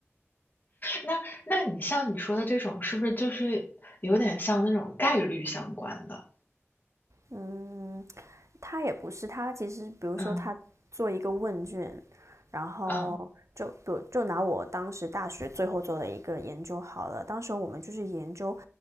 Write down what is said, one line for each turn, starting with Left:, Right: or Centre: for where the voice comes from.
Left: 那那你像你说的这种，是不是就是有点像那种概率相关的？
Right: 嗯，他也不是，他其实比如说他做一个问卷，
Left: 嗯，
Right: 然后就比如就拿我当时大学最后做的一个研究好了，
Left: 嗯，
Right: 当时我们就是研究